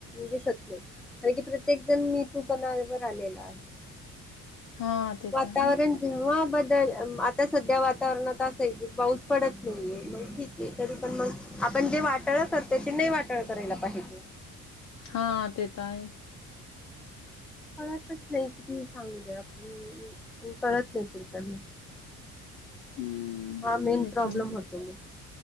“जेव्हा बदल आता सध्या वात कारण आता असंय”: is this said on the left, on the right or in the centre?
Centre